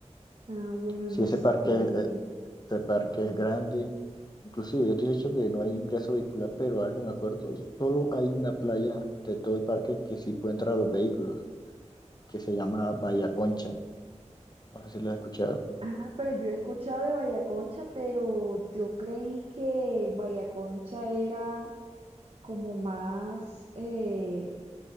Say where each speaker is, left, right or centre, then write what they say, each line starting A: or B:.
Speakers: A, on the right; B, on the left.
A: Ah, bueno,
B: Si
A: no,
B: ese
A: súper
B: parque,
A: bien.
B: eh, ese parque es grande, inclusive yo te he dicho que no hay ingreso vehicular, pero ahora que me acuerdo, solo hay una playa de todo el parque que sí puede entrar a los vehículos, que se llama Bahía Concha. No sé si lo has escuchado.
A: Ah, pero yo he escuchado de Vallaconcha, pero yo creí que Vallaconcha era como más, eh,